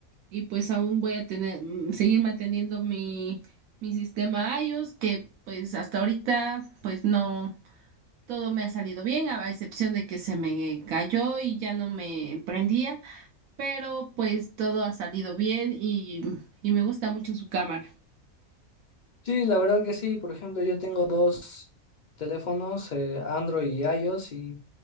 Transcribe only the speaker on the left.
Sí, la verdad que sí. Por ejemplo, yo tengo dos teléfonos, eh, Android y iOS, y,